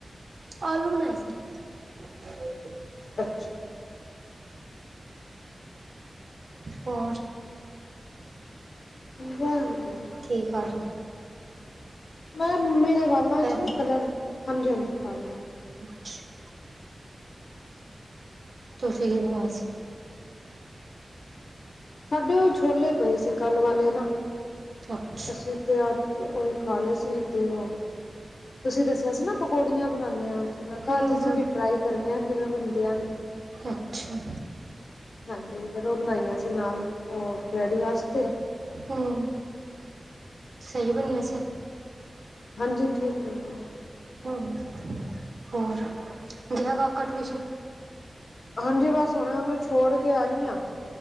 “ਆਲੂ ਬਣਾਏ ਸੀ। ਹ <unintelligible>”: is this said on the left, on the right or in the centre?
Right